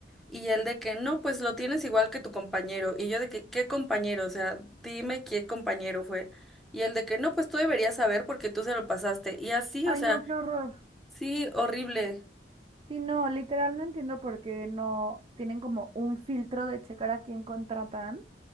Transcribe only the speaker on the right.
ay,
no, qué horror.
Sí, no, literal no entiendo por qué no tienen como un filtro de checar a quién contratan